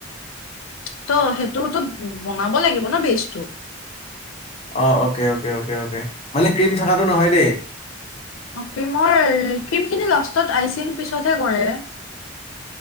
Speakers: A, on the left; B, on the left.
A: ত' সেইটোতো বনাব লাগিব ন বেজটো।
B: অ' অকে অকে অকে অকে মানে ক্ৰীম থকাটো নহয় দেই।
A: অ ক্ৰীমৰ ক্ৰীমখিনি লাষ্টত আইচিং পিছতহে কৰে।